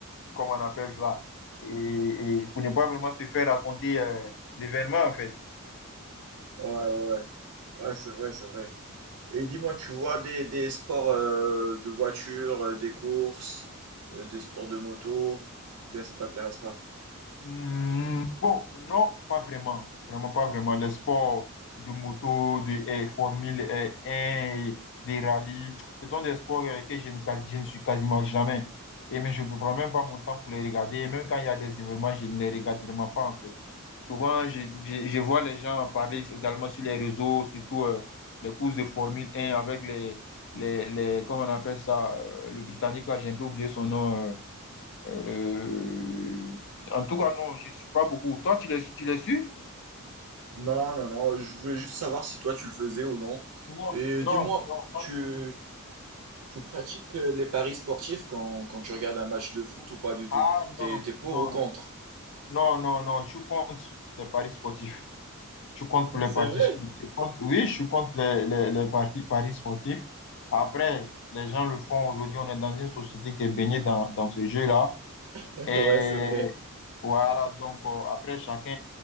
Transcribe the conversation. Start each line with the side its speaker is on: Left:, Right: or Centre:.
Left: comme on appelle ça, et, et pour ne pas vraiment se faire raconter euh, l'événement, en fait.
Right: Ouais, ouais, ouais. Ouais, c'est vrai, c'est vrai. Et dis-moi, tu vois des, des sports euh, de voiture, euh, des courses, euh, des sports de moto, ou bien ça t'intéresse pas?
Left: Hmm, Bon, non, pas vraiment. Vraiment pas vraiment. Les sports de moto, de eh, Formule eh, 1, des rallyes, ce sont des sports euh, que je ne, quasi- je ne suis quasiment jamais. Et mais je ne prends même pas mon temps pour les regarder. Et même quand il y a des événements, je ne les regarde vraiment pas en fait. Souvent, je, je, je vois les gens parler également sur les réseaux, surtout euh, les courses de Formule 1 avec les, les, les, comment on appelle ça, euh, le Britannique, là, j'ai un peu oublié son nom. euh, euh, en tout cas, non, je ne suis pas beaucoup. Toi, tu l'as tu l'as su
Right: Non, non, non, je voulais juste savoir si toi tu le faisais ou non.
Left: Non,
Right: Et
Left: non,
Right: dis-moi,
Left: non, pas
Right: tu,
Left: du tout.
Right: tu pratiques euh, les paris sportifs quand, quand tu regardes un match de foot ou pas du tout?
Left: Ah
Right: T'es,
Left: non,
Right: t'es pour
Left: non,
Right: ou contre?
Left: non, non, non, je suis contre les paris sportifs. Je suis contre les
Right: C'est
Left: paris
Right: vrai?
Left: sportifs. Je suis contre- Oui, je suis contre les, les, les partis- paris sportifs. Après, les gens le font aujourd'hui. On est dans une société qui est baignée dans, dans ce jeu-là.
Right: <laughs>
Left: Et
Right: Ouais, c'est vrai.
Left: voilà, donc euh, après, chacun,